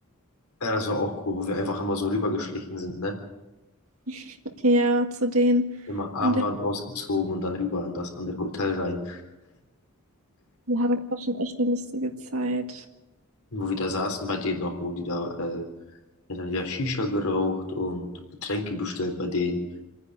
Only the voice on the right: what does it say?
<laughs> Okay, Ja, zu denen.
In der
ja, das war schon echt eine lustige Zeit.